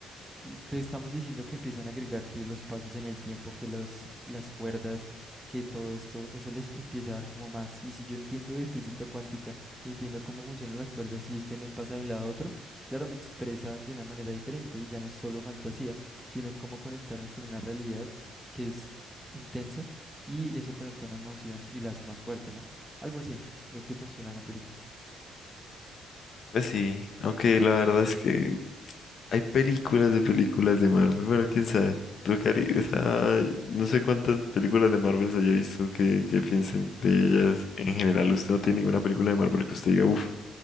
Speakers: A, in the centre; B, on the left.
A: Que que estamos diciendo que empiezan a agregar que los pasos en el tiempo, que los, las cuerdas, que todo esto, eso les empieza a dar como más. Y si yo entiendo de física cuántica y entiendo cómo funcionan las cuerdas y este me pasa de un lado a otro, claro, me expresa de una manera diferente y ya no es solo fantasía, sino es como conectarme con una realidad que es intensa y eso conecta una emoción y la hace más fuerte, ¿no? Algo así, creo que funciona la película.
B: Pues sí, aunque la verdad es que hay películas de películas de Marvel. Bueno, quién sabe. Tú, Cari, o sea, no sé cuántas películas de Marvel se haya visto que, que piensen de ellas. En general, usted no tiene ninguna película de Marvel que usted diga, uff,